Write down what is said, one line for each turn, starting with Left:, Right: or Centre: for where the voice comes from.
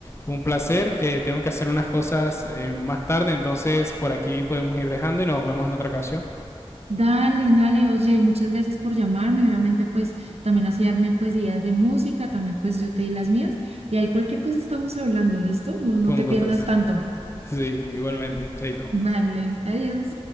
Left: fue un placer. Eh, tengo que hacer unas cosas eh, más tarde, entonces por aquí podemos ir dejando y nos vemos en otra ocasión.
Right: Dale, dale, oye, muchas gracias por llamarme. Obviamente, pues también así darme pues ideas de música, también pues yo te di las mías. Y ahí cualquier cosa estamos hablando, ¿listo? No, no
Left: Fue un
Right: te
Left: gusto
Right: pierdas
Left: estar.
Right: tanto.
Left: Sí, igualmente. Chaito.
Right: Vale, adiós.